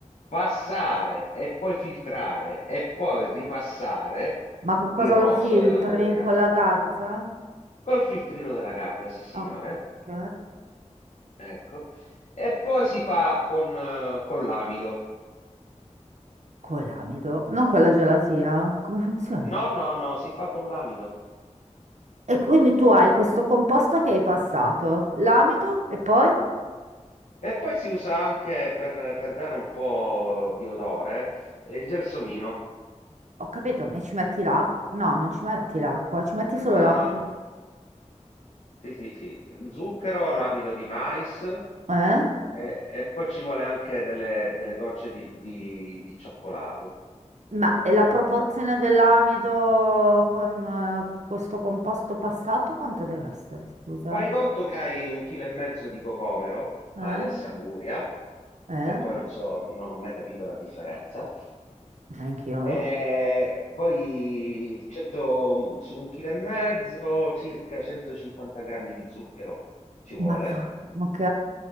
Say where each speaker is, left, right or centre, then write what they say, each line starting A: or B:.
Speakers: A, on the left; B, on the right.
A: Passare e poi filtrare e poi ripassare
B: Ma con cosa
A: il rosso
B: lo filtri?
A: dell'anguria
B: Con la garza?
A: col filtrino della Garda, sì signore,
B: Ok. ok.
A: ecco, e poi si fa con, eh, con l'amido.
B: Con l'amido, non con la gelatina. Come funziona?
A: No, no, no, si fa con l'amido.
B: E quindi tu hai questo composto che hai passato, l'amido e poi?
A: E poi si usa anche per, per dare un po' di odore, eh, il gelsomino.
B: Ho capito, ma ci metti l'acqua? No, non ci metti l'acqua, ci metti solo
A: No,
B: l'amido.
A: no, sì, sì, sì. Il zucchero, l'amido di mais
B: Eh?
A: e, e poi ci vuole anche delle, delle gocce di, di- di cioccolato.
B: Ma e la proporzione dell'amido con eh, questo composto passato quanto deve essere, scusa?
A: Fai conto che hai un chilo e mezzo di cocomero,
B: Eh?
A: alias anguria,
B: Eh?
A: che poi non so, non ho mai capito la differenza.
B: Neanche io.
A: E
B: lo-
A: poi 100 su un chilo e mezzo, circa 150 grammi di zucchero ci vuole,
B: Mamma, ok.